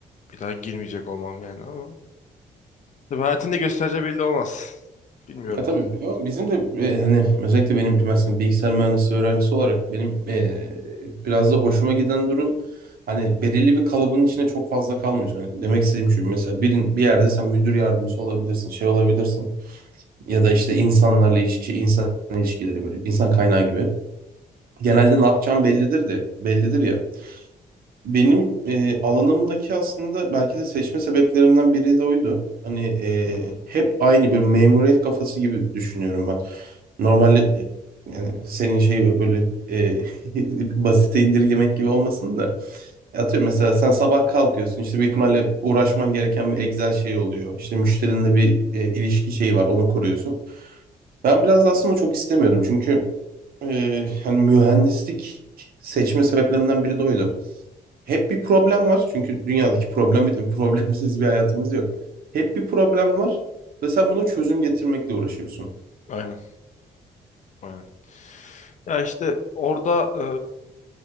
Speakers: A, on the left; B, on the right.
A: bir daha girmeyecek olmam yani ama tabii hayatında gösterece belli olmaz. Bilmiyorum.
B: Ya tabii o bizim de e, hani özellikle benim mesela bilgisayar mühendisliği öğrencisi olarak benim e, biraz da hoşuma giden durum hani belirli bir kalıbın içine çok fazla kalmıyorsun. Hani demek istediğim şu mesela birin bir yerde sen müdür yardımcısı olabilirsin, şey olabilirsin ya da işte insanlarla iş, şey, insan ilişkileri böyle insan kaynağı gibi. Genelde ne yapacağım bellidir de bellidir ya. Benim e, alanımdaki aslında belki de seçme sebeplerimden biri de oydu. Hani e,
A: Hı hı.
B: hep aynı bir memuriyet kafası gibi düşünüyorum ben. Normalde e, yani senin şey böyle e, <laughs> basite indirgemek gibi olmasın da. Atıyorum mesela sen sabah kalkıyorsun işte büyük ihtimalle uğraşman gereken bir Excel şey oluyor. İşte müşterinle bir e, ilişki şeyi var onu kuruyorsun. Ben biraz da aslında çok istemiyordum çünkü e, hani mühendislik seçme sebeplerimden biri de oydu. Hep bir problem var. Çünkü dünyadaki problem bitmiyor. <laughs> Problemsiz bir hayatımız yok. Hep bir problem var ve sen buna çözüm getirmekle uğraşıyorsun.
A: Aynen, aynen. Ya işte orada e,